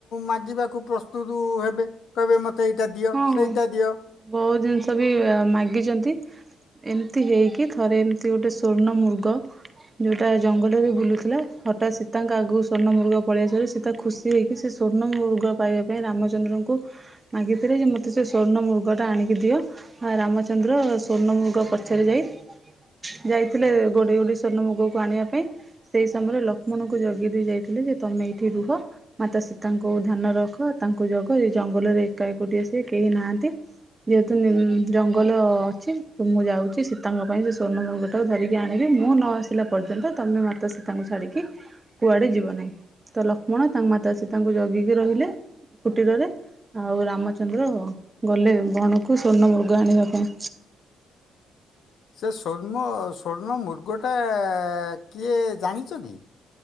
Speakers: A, on the left; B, on the right.
A: ମାଗିବାକୁ ପ୍ରସ୍ତୁତ ହେବେ କହିବେ ମ ଏଇଟା ଦିଅ
B: ହଁ।
A: ସେଇଟା ଦିଅ।
B: ବହୁତ ଜିନିଷ ବି ମାଗିଛନ୍ତି। ଏମିତି ହେଇକି ଥରେ ଏମିତି ଗୋଟେ ସ୍ଵର୍ଣ୍ଣ ମୃଗ ହେଟା ଜଙ୍ଗଲରେ ବୁଲୁଥିଲା ହଠାତ୍ ସୀତାଙ୍କ ଆଗକୁ ସର୍ଣ୍ଣ ମୃଗ ପଳେଇଆସିଥିଲା ସୀତା ଖୁସି ହେଇକି ସେ ସର୍ଣ୍ଣ ମୃଗ ପାଇବା ପାଇଁ ରାମଚନ୍ଦ୍ରଙ୍କୁ ମାଗି ସେଟା ମୋତେ ସେ ସ୍ଵର୍ଣ ମୃଗଟା ଆଣିକି ଦିଅ। ହଁ ରାମଚନ୍ଦ୍ର ସ୍ୱର୍ଣମୃଗ ପଛରେ ଯାଇ ଯାଇଥିଲେ ଗୋଡେଇ ଗୋଡେଇ ସର୍ଣ୍ଣ ମୃଗକୁ ଆଣିବା ପାଇଁ ସେଇ ସମୟରେ ଲକ୍ଷ୍ମଣଙ୍କୁ ଜଗି ଯାଇଥିଲେ ଯେ ତମେ ଏଇଠି ରୁହ ମାତା ସୀତାଙ୍କୁ ଧ୍ୟାନ ରଖ ତାଙ୍କୁ ଜଗ ଜଙ୍ଗଲରେ ଏକା ଏକୁଟିଆ ସିଏ କେହି ନାହାନ୍ତି ଯେହେତୁ ଜଙ୍ଗଲ ତ ଅଛି ତ ମୁଁ ଯାଉଛି। ସେ ସୀତାଙ୍କ ପାଇଁ ସେ ସ୍ଵର୍ଣ୍ଣ ମୃଗ ଟାକୁ ଧରିକି ଆଣିବି ମୁଁ ନ ଆସିଲା ପର୍ଯ୍ୟନ୍ତ ତମେ ମାତା ସୀତାଙ୍କୁ ଛାଡିକି କୁଆଡେ ଯିବ ନାହିଁ ତ ଲକ୍ ମଣ ତାଙ୍କ ମାତା ସୀତାଙ୍କୁ ଜଗିକି ରହିଲେ କୁଟୀରରେ ଆଉ ରାମ ଚନ୍ଦ୍ର ଗଲେ ବଣକୁ ସ୍ଵର୍ଣ୍ଣ ମୃଗ ଆଣିବା ପାଇଁ।
A: ସେ ସ୍ଵର୍ଣ୍ଣ ସ୍ବର୍ଣ୍ଣ ମୃଗଟା କିଏ ଜାଣିଛ କି?